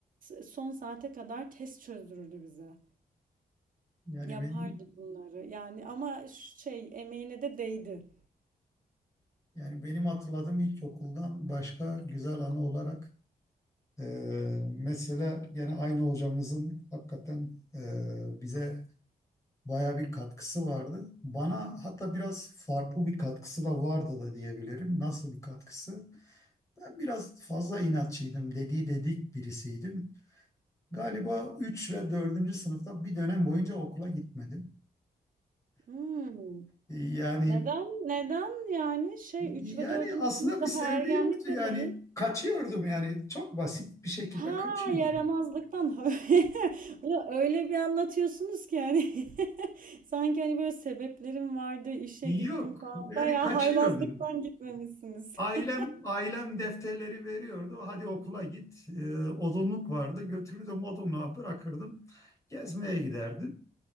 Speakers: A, on the right (about 60°); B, on the left (about 20°).
A: son saate kadar test çözdürürdü bize
B: Yani
A: yapardı
B: benim
A: bunları yani ama şey emeğine de değdi.
B: yani benim hatırladığım ilkokuldan başka güzel anı olarak e, mesela gene aynı hocamızın hakikaten e, bize baya bir katkısı vardı. Bana hatta biraz farklı bir katkısı da vardı da diyebilirim. Nasıl bir katkısı? Ben biraz fazla inatçıydım, dedi dedik birisiydim. Galiba 3 ve 4. sınıfta bir dönem boyunca okula gitmedim.
A: Hmm.
B: Ee, Yani
A: Neden? Neden yani şey
B: yani
A: 3 ve dördüncü
B: aslında
A: sınıf
B: bir
A: daha
B: sebebi
A: ergenlik
B: yoktu. Yani
A: de değil.
B: kaçıyordum yani çok basit bir şekilde
A: Ha
B: kaçıyordum.
A: yaramazlıktan <laughs> Ulan öyle bir anlatıyorsunuz ki yani <laughs> sanki hani böyle sebeplerim vardı işe gittim
B: Yok
A: falan
B: yani
A: bayağı
B: kaçıyordum.
A: haylazlıktan gitmemişsiniz.
B: Ailem
A: <laughs>
B: ailem defterleri veriyordu. Hadi okula git. Ee, odunluk vardı. Götürürdüm odunluğa bırakırdım. Gezmeye giderdim.